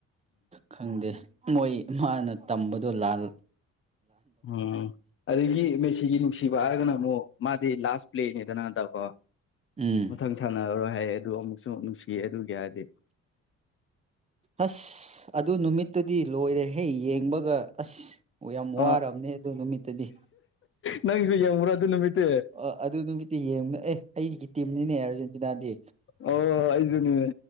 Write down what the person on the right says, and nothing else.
ꯈꯪꯗꯦ ꯃꯣꯏ ꯃꯥꯅ ꯇꯝꯕꯗꯣ ꯂꯥꯜ
ꯎꯝ
ꯑꯁ ꯑꯗꯨ ꯅꯨꯃꯤꯠꯇꯨꯗꯤ ꯂꯣꯏꯔꯦꯍꯦ ꯌꯦꯡꯕꯒ ꯑꯁ ꯑꯣ ꯌꯥꯝ
ꯋꯥꯔꯕꯅꯦ ꯑꯗꯨ ꯅꯨꯃꯤꯠꯇꯗꯤ
ꯑ ꯑꯗꯨ ꯅꯨꯃꯤꯠꯇ ꯌꯦꯡꯉ ꯑꯦ ꯑꯩꯒꯤ ꯇꯤꯝꯅꯤꯅꯦ ꯑꯥꯔꯖꯦꯟꯇꯤꯅꯥꯗꯤ